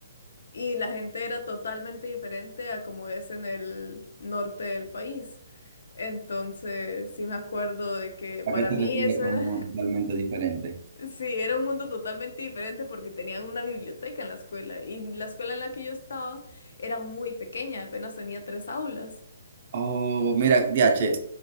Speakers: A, on the left; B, on the right.
A: y la gente era totalmente diferente a como es en el norte del país. Entonces, sí me acuerdo de que
B: ¿A
A: para
B: qué te
A: mí
B: refieres
A: eso
B: como
A: era,
B: totalmente diferente?
A: <laughs> sí, era un mundo totalmente diferente porque tenían una biblioteca en la escuela y la escuela en la que yo estaba era muy pequeña, apenas tenía tres aulas.
B: Oh, mira, Diache.